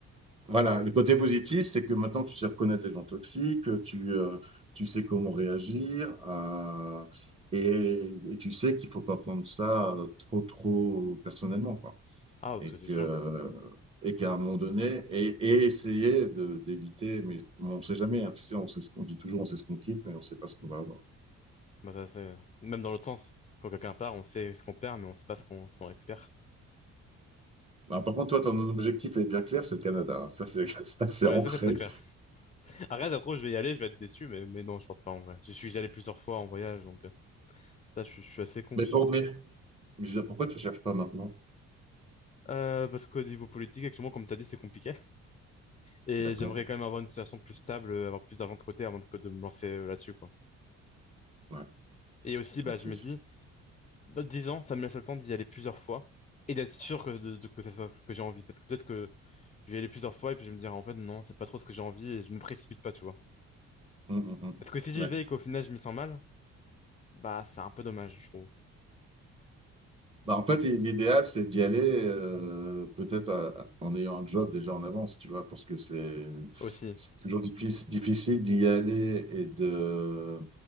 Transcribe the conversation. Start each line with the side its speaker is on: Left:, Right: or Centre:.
Right: Voilà, le côté positif, c'est que maintenant tu sais reconnaître les gens toxiques, tu, euh, tu sais comment réagir, euh, et, et tu sais qu'il faut pas prendre ça euh, trop, trop personnellement, quoi.
Left: Ah,
Right: Et
Left: c'est
Right: que,
Left: sûr.
Right: et qu'à un moment donné, et, et essayer de, d'éviter, mais on ne sait jamais, hein, tu sais, on sait ce qu'on dit toujours, on sait ce qu'on quitte, mais on ne sait pas ce qu'on va avoir.
Left: Bah, ça, c'est- Même dans l'autre sens, quand quelqu'un part, on sait ce qu'on perd, mais on sait pas ce qu'on ce qu'on récupère.
Right: Bah, par contre, toi, ton objectif est bien clair, c'est le Canada. hein. Ça, c'est, <laughs> ça, c'est
Left: Ouais,
Right: ancré.
Left: ça c'est très clair. Arrête, après, je vais y aller, je vais être déçu, mais, mais non, je pense pas en vrai. Je suis allé plusieurs fois en voyage, donc euh, ça, je, suis je suis assez confiant.
Right: Mais bon, mais, mais je veux dire, pourquoi tu cherches pas maintenant?
Left: Euh, parce qu'au niveau politique, actuellement, comme t'as dit, c'est compliqué. Et
Right: T'es D'accord?
Left: j'aimerais quand même avoir une situation plus stable, euh, avoir plus d'argent de côté avant de, que de me lancer euh, là-dessus, quoi.
Right: Ouais,
Left: Et aussi, bah,
Right: ok.
Left: je me dis, dans 10 ans, ça me laisse le temps d'y aller plusieurs fois et d'être sûr que, de, de- que ça soit ce que j'ai envie. Parce que peut-être que je vais y aller plusieurs fois et puis je vais me dire, en fait, non, c'est pas trop ce que j'ai envie et je me précipite pas, tu vois.
Right: Hum, hum, hum.
Left: Parce que si j'y
Right: Ouais.
Left: vais et qu'au final je m'y sens mal, bah c'est un peu dommage, je trouve.
Right: Bah, en fait, l'idéal, c'est d'y aller euh, peut-être à- en ayant un job déjà en avance, tu vois, parce que c'est
Left: Aussi,
Right: c'est toujours difficile, difficile d'y aller et de...